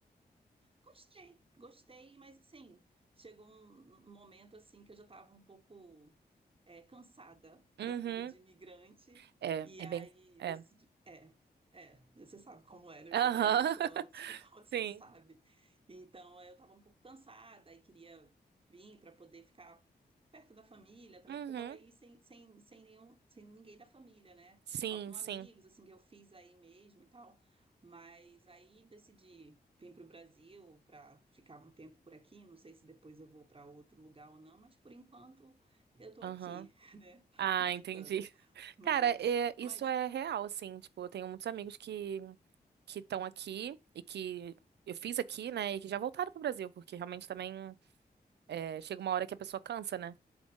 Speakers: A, on the right; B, on the right.
A: Gostei, gostei, mas assim, chegou um um momento assim que eu já estava um pouco é, cansada da
B: Uhum.
A: vida de imigrante,
B: É,
A: e
B: é
A: aí
B: bem. É.
A: decidi. É, é, você sabe como é, né? Você
B: Aham.
A: tá aí oito
B: <laughs>
A: anos, <laughs> então você
B: Sim.
A: sabe. Então eu tava um pouco cansada e queria vir para poder ficar perto da família também,
B: Uhum.
A: porque eu tava aí sem, sem, sem nenhum, sem ninguém da família, né?
B: Sim,
A: Só com
B: sim.
A: amigos, assim, que eu fiz aí mesmo e tal. Mas aí decidi vir para o Brasil para ficar um tempo por aqui. Não sei se depois eu vou para outro lugar ou não, mas por enquanto eu tô
B: Aham.
A: aqui, <laughs> né?
B: Ah,
A: Aproveitando.
B: entendi. <laughs>
A: Mas,
B: Cara, é- isso
A: mas
B: é real, assim. Tipo, eu tenho muitos amigos que que estão aqui e que eu fiz aqui, né? E que já voltaram pro Brasil, porque realmente também é, chega uma hora que a pessoa cansa, né?